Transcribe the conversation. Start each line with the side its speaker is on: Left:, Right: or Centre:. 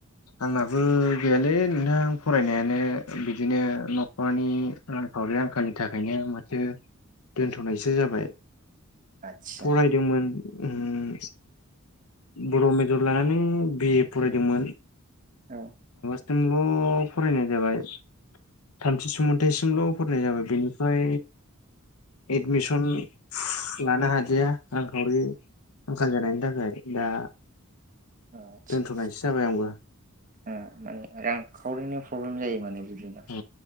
Left: आंहाबो गैयालै नोंथां फरायनायानो बिदिनो न'खरनि रांखावरि आंखालनि थाखायनो माथो दोनथनायसो जाबाय।
Right: आदसा
Left: फरायदोंमोन ओम। बर' मेजर लानानै बि ए फरायदोंमोन।
Right: औ
Left: थोंल फरायनाय जाबाय थामथि सुमैन्थाइसिमल फरायनाय जाबाय बेनिफ्राय एडमिसन लानो हादिया रांखावरि आंखाल जानायनि थाखाय दा
Right: ओ आतसा
Left: दोनथ'नायसो जाबाय आंबो
Right: ओ माने रांखावरिनि प्रब्लेम जायो माने। बिदिनो
Left: औ